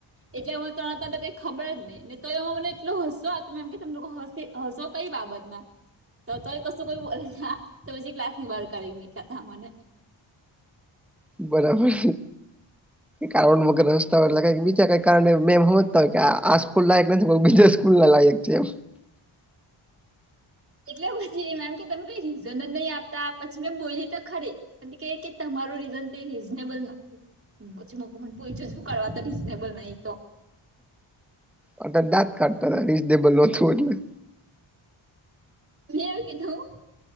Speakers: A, on the right; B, in the centre.
A: એટલે હું ત તને કઈ ખબર જ નહી ને તો એ હું મને એટલો હસો આ ત એમ કે તમ લોકો હસે હસો કઈ બાબતમાં તો તોય કશું કોઈ પછી ક્લાસ ની બારાઢી મીઠા ત મને
B: બરાબર કારણ મગ રસ્તા
A: એવું
B: વાટલા કઈ બી ઈ કારણે મેમ સમજતા કે આ સ્કૂલ લાયક નથી બીજા સ્કૂલ ના લાયક છે એ
A: એટલે પછી મેમ કે ત કઈ રીઝન નથી નહી આપતા પછી મેં બોલી તો ખરી કે તમારું રીઝન તે રીઝનેબલ નથી હછી મ મ પૈચ જું કાવા તો રીઝનેબલ ન તો
B: અ દાત કાઢતા હતા રીઝનેબલ નોતું એટલે
A: મે એવું કીધું